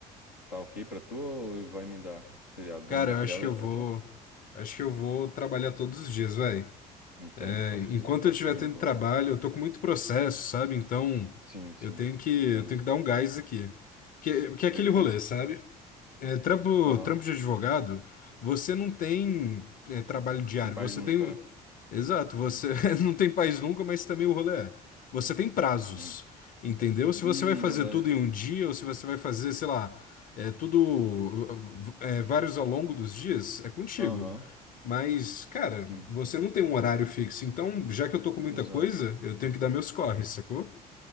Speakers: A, on the left; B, on the left.
A: Tá ok pra tu ou vai me dar feriado?
B: Cara,
A: Vai me dar
B: eu
A: feriado
B: acho que
A: aí
B: eu
A: pra
B: vou.
A: tu?
B: Acho que eu vou trabalhar todos os dias, velho.
A: Entendo,
B: É,
A: pode
B: Enquanto
A: crer. Eu
B: eu
A: acho
B: estiver
A: que também
B: tendo
A: vou.
B: trabalho, eu tô com muito processo, sabe? Então,
A: Sim, sim,
B: eu tenho que,
A: entendo.
B: eu tenho que dar um gás aqui. Porque, porque é aquele
A: Perfeito.
B: rolê, sabe? É, trampo,
A: Aham.
B: trampo de advogado, você não tem é, trabalho diário,
A: Tem paz
B: você
A: nunca,
B: tem.
A: né?
B: Exato, você <laughs> não tem país nunca, mas também o rolê é. Você tem prazos,
A: Hum.
B: entendeu? Se
A: Hum,
B: você vai fazer
A: verdade.
B: tudo em um dia, ou se você vai fazer, sei lá, é, tudo, é, vários ao longo dos dias, é contigo.
A: Aham.
B: Mas, cara,
A: Sim,
B: você não tem um horário fixo, então, já que eu tô com muita
A: exato.
B: coisa, eu tenho que dar meus corres, sacou?